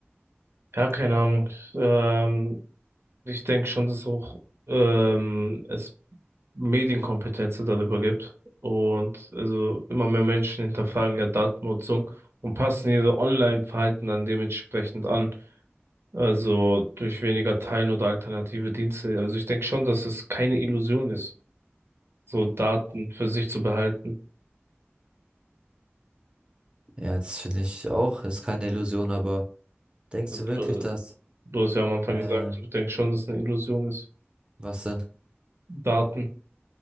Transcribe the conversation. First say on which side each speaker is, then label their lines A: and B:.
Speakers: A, on the right (about 65°); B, on the right (about 20°).
A: Ja, keine Ahnung. Ähm, Ich denke schon, dass auch ähm, es Medienkompetenz darüber gibt. Und also immer mehr Menschen hinterfragen ja Datennutzung und passen ihre Online-Verhalten dann dementsprechend an. Also durch weniger Teilen oder alternative Dienste. Also ich denke schon, dass es keine Illusion ist, so Daten für sich zu behalten.
B: Ja, das finde ich auch, ist keine Illusion, aber denkst
A: Und,
B: du wirklich,
A: äh,
B: das?
A: du hast ja am Anfang
B: äh,
A: gesagt, ich denke schon, dass es eine Illusion ist,
B: was denn?
A: Daten